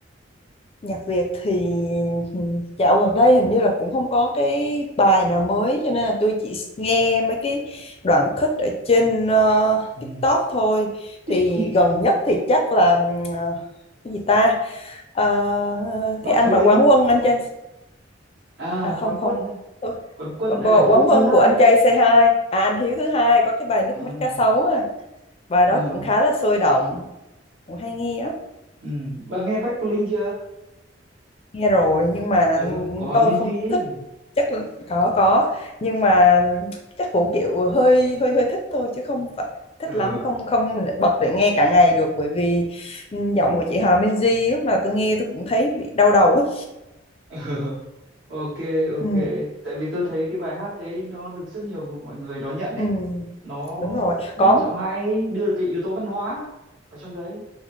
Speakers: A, on the left; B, on the right.
A: Nhạc Việt thì ừ, dạo gần đây hình như là cũng không có cái bài nào mới cho nên là tôi chỉ nghe mấy cái đoạn khích ở trên ờ,
B: ừ.
A: TikTok thôi.
B: thích
A: Thì
B: chị
A: gần nhất thì chắc là ờ, cái gì ta? Ờ,
B: Bắc
A: cái anh
B: Bling
A: mà Quán Quân anh trai
B: à
A: à không
B: quán
A: không.
B: quân à.
A: Ừ,
B: quán quân là Hiếu
A: Quán
B: thứ
A: Quân
B: hai
A: của anh
B: á
A: trai c hai à anh Hiếu thứ hai có cái bài Nước
B: à,
A: Mắt Cá Sấu à. Bài
B: à,
A: đó cũng khá là sôi động, cũng hay nghe
B: ừ. bà nghe Bắc Bling chưa
A: nghe rồi nhưng mà
B: ừ của họ
A: tôi
B: Minzy
A: không
B: ấy
A: thích chắc là có có nhưng mà chắc cũng kiểu hơi hơi hơi thích thôi chứ không phải thích
B: ừ.
A: lắm không không bật để nghe cả ngày được bởi vì ừ, giọng của chị Hà Minzy lúc nào tôi nghe tôi cũng thấy bị đau đầu ấy
B: <laughs> Ok, ok.
A: ừ,
B: Tại vì tôi thấy cái bài hát đấy nó được rất nhiều người- mọi người đón nhận đấy.
A: ừ,
B: Nó
A: đúng rồi
B: nhất
A: có
B: là giọng hay ấy, đưa được cái yếu tố văn hóa vào trong đấy.